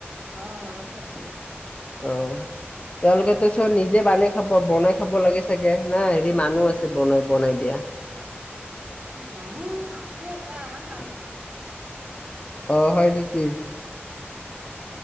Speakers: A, on the right; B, on the left.
A: অ, ঘৰতে আছে।
B: অ', তেওঁলোকে টোচবে নিজে বানাই খাব বনাই খাব লাগে ছাগে হেৰি মানুহ আছে বনাই বনাই দিয়া।
A: মানুহ আছে এটা কাম কৰা
B: অ, হয় নেকি? <inaudible>